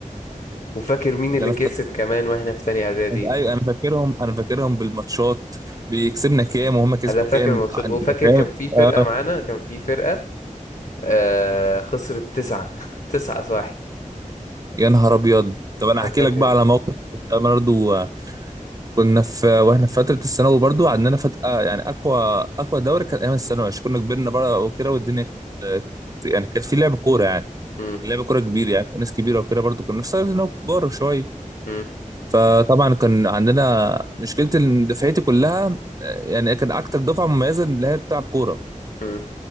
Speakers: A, on the left; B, on the right.
A: وفاكر مين اللي
B: ده انا
A: كسب
B: فاكر
A: كمان واحنا في تانية اعدادي
B: ايوه
A: اوف
B: انا فاكرهم انا فاكرهم بالماتشات بيكسبنا كام وهم كسبوا
A: انا فاكر
B: كام
A: الماتشات وفاكر
B: فاهم
A: كان في فرقة
B: آه،
A: معانا كان في فرقة آه خسرت تسعة <laughs> تسعة واحد
B: يا نهار ابيض طب انا
A: انا
B: احكي
A: فاكر
B: لك بقى على موقف كنت انا برضو كنا في واحنا في فتره الثانوي برضو عندنا فتره آه، يعني اقوى اقوى دوري كان ايام الثانوي عشان كنا كبرنا بقى وكده والدنيا كانت كانت- يعني كان في لعب كوره يعني
A: مم،
B: كان لعب كوره كبير يعني وناس كبيره وكده برضو كنا في سنه كبار شويه
A: مم،
B: فطبعا كان عندنا مشكله ان دفعتي كلها آه، يعني كان اكتر دفعه مميزه اللي هي بتلعب كوره
A: مم،